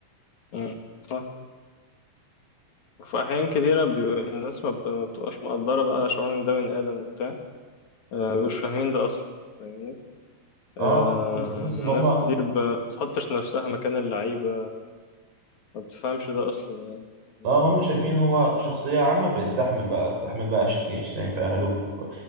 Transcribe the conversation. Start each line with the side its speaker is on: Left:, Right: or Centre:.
Left: مم. صح وفي أحيان كتيرة بي... الناس ما بت- ما بتبقاش مقدرة بقى شعور إن ده بني آدم وبتاع آه، مش فاهمين ده أصلا فاهمني آه،
Right: اه كنت بحس ان هم
Left: ناس كتير ب- ما بتحطش نفسها مكان اللعيبة ما بتفهمش ده أصلا يعني فاهم
Right: لا
Left: قصدي؟
Right: هم شايفين ان هو شخصية عامة فيستحمل بقى استحمل بقى شتي- شتايم في اهله في,